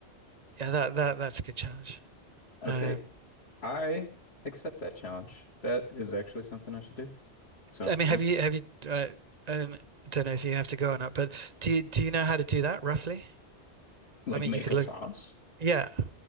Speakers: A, on the right; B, on the left.
A: yeah, that that that's a good challenge.
B: Okay.
A: Um,
B: I accept that challenge. That is actually something I should do. So,
A: I mean,
B: yeah.
A: have you have you uh, um, I don't know if you have to go or not, but do you do you know how to do that roughly?
B: Like
A: I mean,
B: make
A: you could
B: a
A: look.
B: sauce?
A: Yeah,